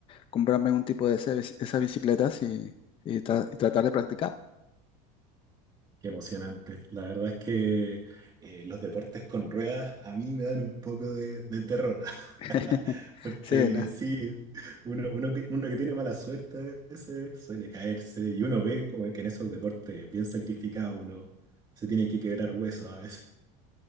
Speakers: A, on the left (about 30°); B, on the right (about 20°).
A: comprarme un tipo de ese- esas bicicletas y, y tra- y tratar de practicar.
B: Qué emocionante. La verdad es que eh, los deportes con ruedas a mí me dan un poco de, de terror.
A: <laughs>
B: <laughs> Porque
A: Sí, ¿no?
B: sí, uno, uno que, uno que tiene mala suerte a veces suele caerse y uno ve como que en esos deportes bien sacrificados uno se tiene que quebrar huesos a veces.